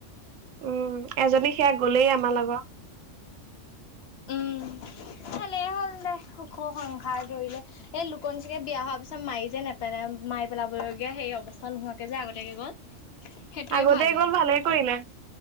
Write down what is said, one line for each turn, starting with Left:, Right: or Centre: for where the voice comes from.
Right: উম, এজনী সেয়া গলেই আমাৰ লগৰ। <inaudible>
Left: উম ভালেই হ'ল দে, সুখো সংসাৰ ধৰিলে। এই লুকনচকে বিয়া হোৱাৰ পিছত মায়ে যে নেপেলে মায় পেলাবলগীয়া সেই অৱস্থা নোহোৱাকে যে আগতীয়াকে গ'ল। সেইটোৱে
Right: আগতেই
Left: ভাল হয়
Right: গ'ল ভালে কৰিলে।